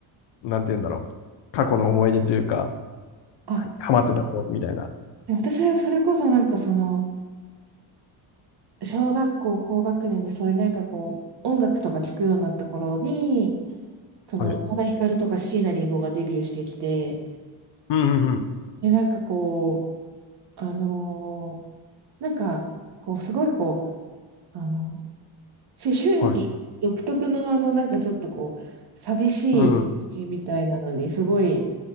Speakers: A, on the left; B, on the right.
A: なんて言うんだろう。過去の思い出というか、
B: あ、
A: はいハマってたことみたいな。
B: で私はそれこそなんかその、小学校高学年でそういうなんかこう、音楽とか聴くようになった頃に、その、
A: はい。
B: 宇多田ヒカルとか椎名林檎がデビューしてきて、
A: うんうん
B: で、なんかこう、あのーなんか、こう、すごいこう、あの、思春期独特のあの、
A: はい。
B: なんかちょっとこう、寂しい気持ちみたいなのに、
A: うん。はい
B: すごい、